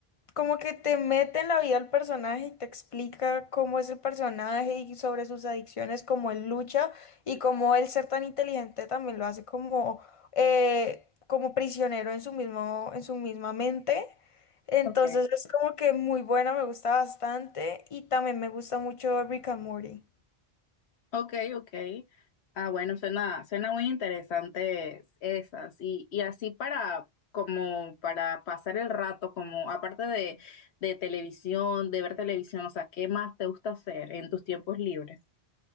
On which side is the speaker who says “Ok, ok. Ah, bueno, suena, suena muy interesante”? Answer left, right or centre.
Left